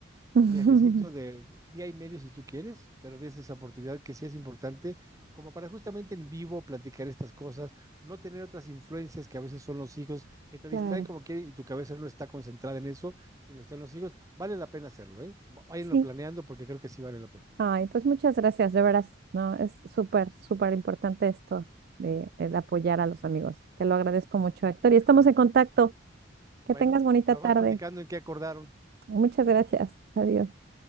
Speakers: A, on the right (about 50°); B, on the right (about 15°).
A: <laughs>
B: tu viajecito de día y medio si tú quieres, pero des esa oportunidad que sí es importante, como para justamente en vivo platicar estas cosas, no tener otras influencias que a veces son los hijos, que te
A: Claro,
B: distraen como quieren y tu cabeza no está concentrada en eso, sino está en los hijos, vale la pena hacerlo, ¿eh? Váyanlo
A: sí.
B: planeando porque creo que sí vale la pena.
A: Ay, pues muchas gracias, de veras, ¿no? Es súper, súper importante esto de, eh, de apoyar a los amigos. Te lo agradezco mucho, Héctor.
B: Exactamente.
A: Y estamos en contacto. Que
B: Bueno,
A: tengas bonita
B: me
A: tarde.
B: vas platicando en qué acordaron.
A: Muchas gracias. Adiós.